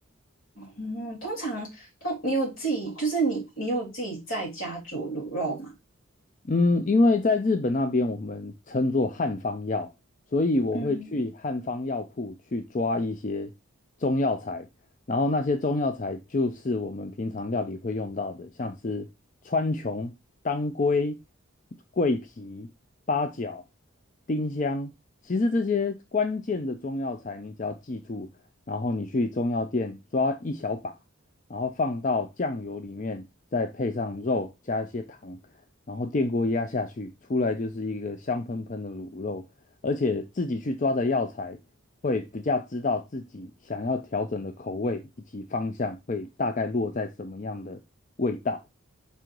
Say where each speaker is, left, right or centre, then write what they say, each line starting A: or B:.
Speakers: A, on the left; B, on the left.
A: 嗯，通常通你有自己，就是你你有自己在家煮卤肉吗？
B: 嗯，因为在日本那边我们称作汉方药，所以我会去汉方药铺去抓一些中药材，
A: 嗯
B: 然后那些中药材就是我们平常料理会用到的，像是川穹、当归、桂皮、八角、丁香。其实这些关键的中药材，你只要记住，然后你去中药店抓一小把，然后放到酱油里面，再配上肉，加一些糖。然后电锅压下去，出来就是一个香喷喷的卤肉，而且自己去抓的药材会比较知道自己想要调整的口味以及方向会大概落在什么样的味道。